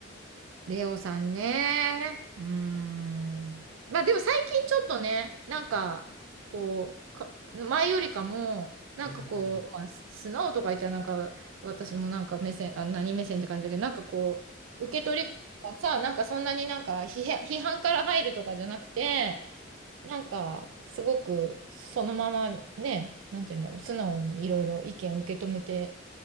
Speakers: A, on the right; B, on the right.
A: レオさんね。うーん。まあでも最近ちょっとね、なんか、こう、か、前よりかも、なんかこう、
B: うんうん。
A: まあ、す素直とか言ったらなんか、私もなんか目線、あ、何目線って感じだけど、なんかこう、受け取りがさ、なんかそんなになんか批判、批判から入るとかじゃなくて、
B: うん。
A: なんか、すごくそのままね、なんて言うんだろう、素直にいろいろ意見受け止めて、